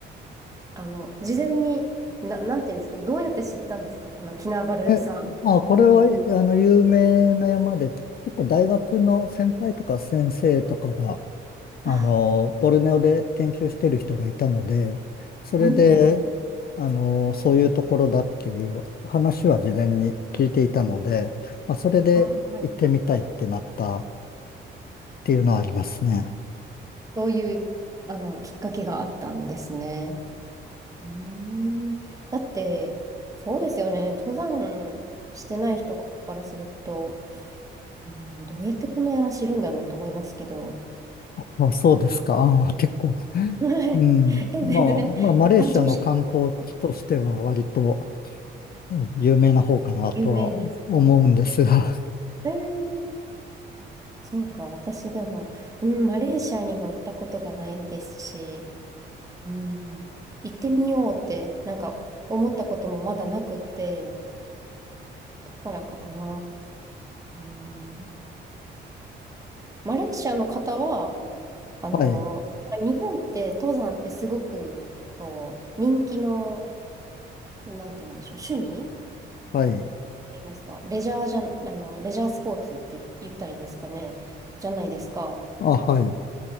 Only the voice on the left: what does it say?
え、あ、これは、あの、有名な山で、結構大学の先輩とか先生とかが、あの、
ボルネオで研究してる人がいたので、それで、
あの、そういうところだっていう話は事前に聞いていたので、まあ、それで行ってみたいってなったっ
ていうのはありますね。
あ、そうですか。ああ、結構。
うん。
まあ、
まあ、マレーシアの観光地としては割と
うん有名な方かなとは思うんですが。
<laughs>
はい。
はい。
あ、はい。